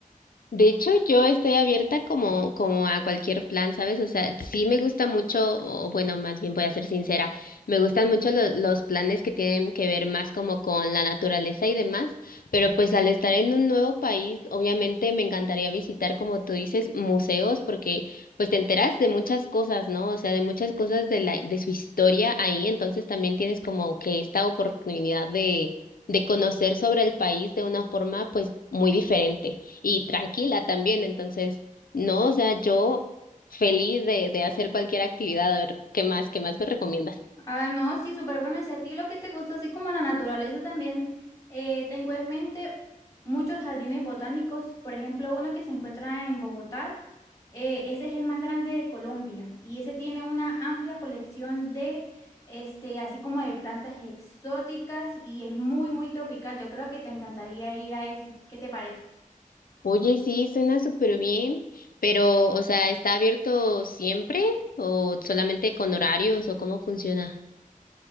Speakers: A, on the left; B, on the left.
A: De hecho, yo estoy abierta como, como a cualquier plan, ¿sabes? O sea, sí me gusta mucho, o bueno, más bien voy a ser sincera, me gustan mucho lo- los planes que tienen que ver más como con la naturaleza y demás, pero pues al estar en un nuevo país, obviamente me encantaría visitar, como tú dices, museos, porque pues te enteras de muchas cosas, ¿no? O sea, de muchas cosas de la, de su historia ahí, entonces también tienes como que esta oportunidad de, de conocer sobre el país de una forma pues muy diferente y tranquila también. Entonces, no, o sea, yo feliz de, de hacer cualquier actividad. A ver, ¿qué más, qué más me recomiendas?
B: Ah, no, sí, súper bueno. Y Si a ti lo que te gusta, así como la naturaleza también, eh, tengo en mente muchos jardines botánicos. Por ejemplo, uno que se encuentra en Bogotá, eh, ese es el más grande de Colombia y ese tiene una amplia colección de, este, así como de plantas exóticas y es muy, muy tropical. Yo creo que te encantaría ir a ese. ¿Qué te parece?
A: Oye, sí, suena súper bien, pero, o sea, ¿está abierto siempre o solamente con horarios o cómo funciona?